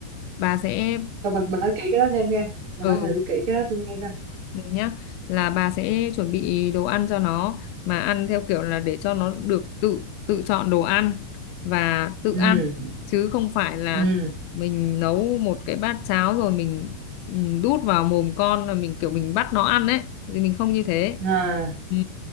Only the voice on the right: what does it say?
tôi mình, mình nói kỹ cái đó thêm nghe mình
nói thử kỹ cái đó tôi nghe coi
ừ
ừ
ừ à